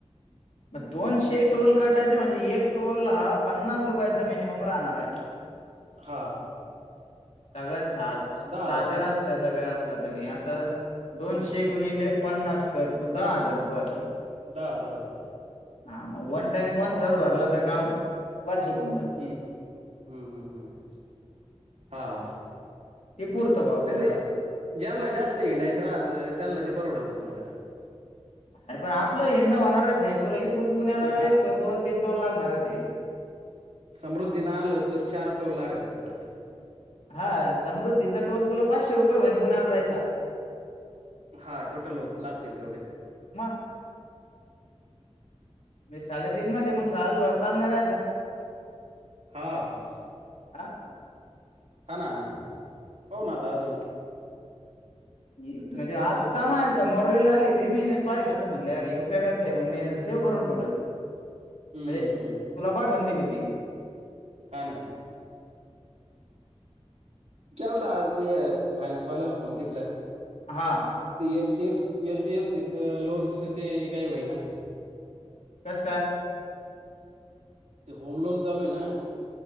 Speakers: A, on the left (about 75°); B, on the right (about 80°).
A: म दोनशे टोल काटायचे म्हणजे एक टोल हा पन्नास रुपयाचा मिनिमम राहणार हाय.
B: हां
A: सगळ्यात साध
B: दहा
A: साधा
B: हजार वाटते
A: रस्त्याचा बी असला तरी आता
B: हम्म
A: दोनशे गुणीले पन्नास कर तू दहा हजार रुपये व्हातील.
B: दहा हजार होते.
A: हा म वन टाइम वन थर्ड भरला तर काम वार्षिक होऊन जात.
B: हम्म हम्म हम्म हम्म हम्म हा
A: ते पुरतं बा आपल्याला
B: नाही ते
A: असं
B: ज्यांना जास्त हिंडायच राहतं त्यांना ते परवडत समजा
A: अरे पण आपलं हिंडणं होणारच ये तुला इथून पुण्याला
B: हा
A: जाईस तोवर दोन तीन टोल लागणारच ये.
B: समृद्धीन आलं तर चार टोल लागत्यां टोटल.
A: हा समृद्धीचा टोल तुला पाचशे रुपये होईन पुण्याला जायचा.
B: हा टोटल होत लागतील तेवढे
A: मग मी साडेतीन मध्ये मग साल भर तान नाय रायचा ना.
B: हा.
A: हा
B: हा ना हा ना पाहू ना आता अजून
A: म्हणजे
B: सध्या
A: आत्ता
B: येऊ तर दे.
A: मा समोर रील आली ती मी पाहिलं तर म्हणले अरे हे उपयोगाच आहे मंग मी सेव करून ठेवलं.
B: हम्म
A: म्हणजे
B: हम्म हम्म
A: तुला पाठऊन दिली ती
B: हा ना हा नं केलता आज ते फायनान्स वाल्याला फोन तिथल्या
A: हा
B: ते एचडीएफी एचडीएफसीच लोनच ते काही होई ना.
A: कस काय?
B: ते होम लोन चालू ये ना